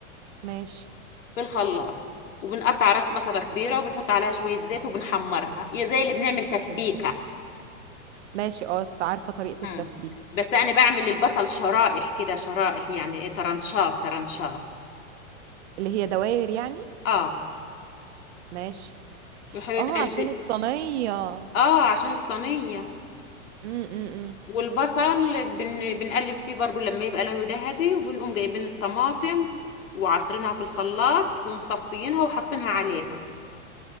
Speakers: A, on the right (about 55°); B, on the left (about 75°).
A: ماشي
B: في الخلاط وبنقطع راس بصلة كبيرة وبنحط عليها شوية زيت وبنحمرها هي زي اللي بنعمل تسبيكة
A: ماشي اه عارفة طريقة
B: مم.
A: التسبيك
B: بس أنا بعمل البصل شرائح كده شرائح يعني إيه ترنشات ترنشات
A: اللي هي دوائر يعني
B: اه
A: ماشي
B: وحلوة
A: اه
B: قلب
A: عشان الصينية امم
B: اه عشان الصينية
A: إمم، إمم.
B: والبصل بن... بنقلب فيه برضو لما يبقى لونه ذهبي وبنقوم جايبين الطماطم وعصرينها في الخلاط ومصفيينها وحاطينها عليها